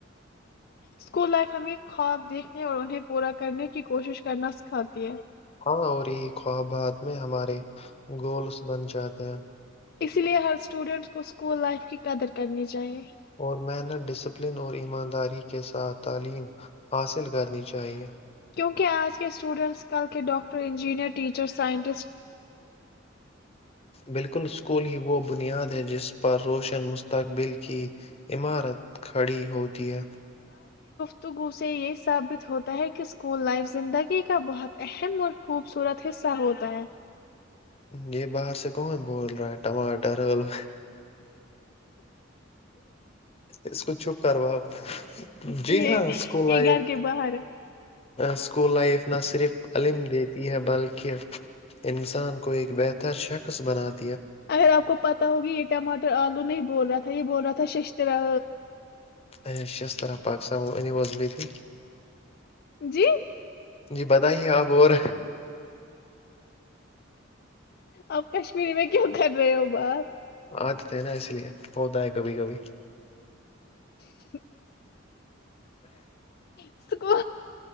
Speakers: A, on the left (about 50°); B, on the left (about 30°).
A: اسکول لائف ہمیں خواب دیکھنے اور انہیں پورا کرنے کی کوشش کرنا سکھاتی ہے
B: اور یہی خوابات میں ہمارے گولس بن جاتے ہیں
A: اسی لیے ہر اسٹوڈینٹ کو اسکول لائف کی قدر کرنی چاہیے
B: اور محنت ڈسپلن اور ایمانداری کے ساتھ تعلیم حاصل کرنی چاہیئے
A: کیونکہ آج کے اسٹوڈینٹس کل کے ڈاکٹر جیننیئر ٹیچرس سائن
B: بالکل اسکول ہی وہ بنیاد جس پر روشن مستقبل کی عمارت کھڑی ہوتی ہے
A: تو گوسے یہ ثابت ہوتا ہے کہ اسکول لائف زندگی کا بہت اہم اور خوبصورت حصہ ہوتا ہے
B: یہ باہر سے کون بول رہا ہے ٹماٹر آلو اس کو چھپ کرواؤ جی
A: یہ
B: ہاں اسکول
A: یہ
B: لائف
A: گھر کے باہر ہے
B: اسکول لائف نہ صرف علم دیتی ہے بلکہ کہ انسان کو ایک بہتر شخص بناتا <inaudible>
A: اگر آپ کو پتا ہوگی یہ ٹماٹر <inaudible> آلو نہیں بول رہا تھا یہ بول رہا تھا ششتر <inaudible>
B: ای شیست طرہ پاکستان انیو بی <inaudible>
A: جی
B: جی بتائیے آپ اور
A: اپ کشمیری میں <inaudible> کیوں کر رہے ہو بات <inaudible>
B: آ جتے نا اس لیے ہوتا ہے کبھی کبھی <inaudible>
A: <inaudible> <inaudible> اسک